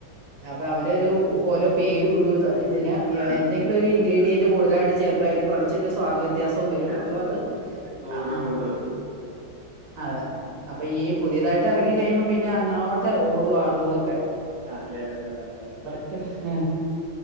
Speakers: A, on the right (about 70°); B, in the centre.
A: അപ്പൊ അവരൊരു ഓരോ പേരും ഇടും ഇതിന്
B: ആ
A: എന്തെ ങ്കിലും ഒരു ഇൻഗ്രീഡിയന്റ് കടുതലായിട്ട് ചേർക്കും അതിൽ കുറച്ച് ഒരു സ്വാദ് വ വ്യത്യാസവും വരും
B: അതെ
A: അപ്പൊ
B: അതെ.
A: അത്
B: നൂറ്
A: ആഹ്
B: രൂപ കൂടുതൽ കൊടുക്കും
A: അതെ അപ്പൊ ഈ പുതിയതായിട്ട് ഇറങ്ങി കഴിയുമ്പോൾ പിന്നെ അങ്ങോട്ടെ ഓടും ആളുകളൊക്കെ
B: അതെ അതെ അതെ അഅതങ്ങനെ തന്നാ
A: ക്ക് ഹ്